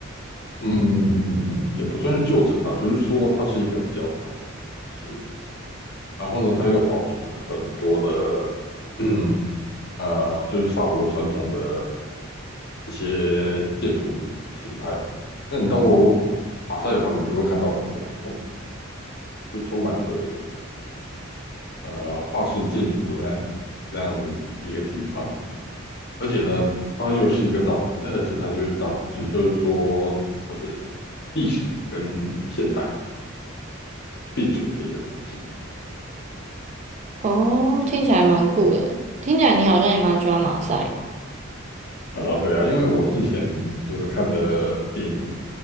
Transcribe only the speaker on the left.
嗯，也不算是旧城啊，就是说它是一个比较大的市，然后呢，它又保存了很多的。<clears throat> 嗯。呃，就是法国传统的一些建筑形态。那你到马赛的话，你就会看到很多那种就充满着呃法式建筑的那那样的一个地方。而且呢，它又是一个大城，而且它就是一个大城市，就是说它是历史跟现代并存的一个城市。
啊、对啊，因为我之前就是看的电影